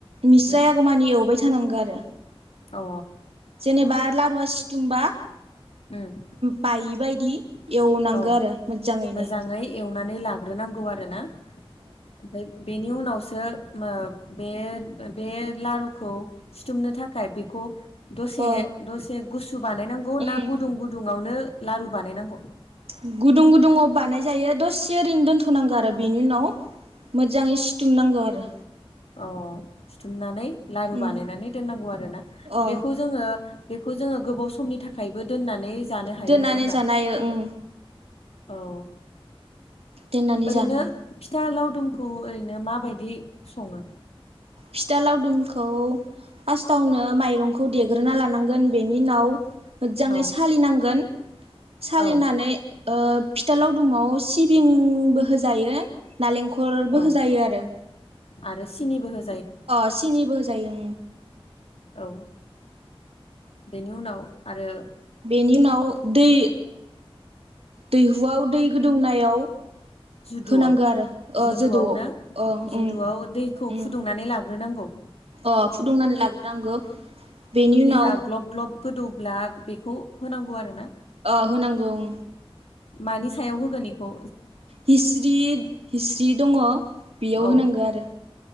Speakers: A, on the right; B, on the left.
A: मिक्स
B: उम
A: जायागौमानि एवबाय थानांगौ आरो।
B: अ
A: जेनेबा लारुवा सिथुमबा
B: उम
A: बायो बेबायदि एवनांगौ
B: औ
A: आरो मोजांङैनो।
B: मोजाङै एवनानै लाग्रोनांगौ आरो ना ओमफ्राय बेनि उनावसो बे बे लारुखौ सिथुमनो थाखाय। बेखौ दसे
A: अ
B: दसे गुसु बानायनांगौ
A: उम
B: ना गुदुं गुदुंआवनो। लारु बानायनांगौ।
A: गुदुं गुदुङाव बानायजायो दसे ओरैनो दोनथनांगौ आरो बेनि उनाव मोजांङै सिथुमनांगौ आरो।
B: अ सिथुमनानै लारु
A: उम
B: बानायनानै दोननांगौ आरो ना
A: अ
B: बेखौ जोंङो बे बेखौ जोंङो गोबाव समनि थाखायबो दोननानै जानो हायो
A: दोननानै
B: नङा होमबा
A: जानाय उम
B: औ।
A: दोननानै
B: ओरैनो
A: जानाय
B: फिथा लावदुमखौ ओरैनो माबायदि संङो
A: फिथा लावदुमखौ फार्स्टावनो माइरंखौ देग्रोना लानांगोन बेनि उनाव मोजांङै
B: औ
A: सालिनांगोन। सालिनानै
B: औ
A: फिथालावदुमाव सिबिंबो होजायो नारेंखल नारेंखलबो
B: औ
A: होजायो आरो।
B: आरो सिनिबो हो
A: अ सिनिबो होजायो।
B: औ बेनि उनाव आरो
A: बेनि उनाव दै दैहुआव दै गोदौनायाव
B: जुदुआव
A: होनांगो आरो ओ
B: जुदुआव
A: जोदौआव
B: ना
A: ओ
B: जुदुआव
A: उम
B: दैखौ
A: उम
B: फुदुंनानै लाग्रोनांगौ। औ।
A: अ फुदुंनानै लाग्रोनांगौ। बेनि उनाव
B: दैया ग्लब ग्लब गोदौब्ला बेखौ होनांगौ आरो ना।
A: अ होनांगौ ओं
B: मानि सायाव होगोन इखौ
A: हिस्रिट हिस्रि दङ' बेयाव
B: ओ औ
A: होनांगो आरो